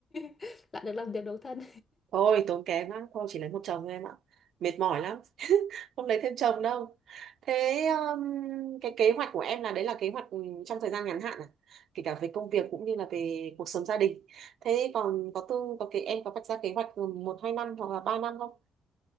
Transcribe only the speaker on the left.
<laughs> lại được làm việc độc thân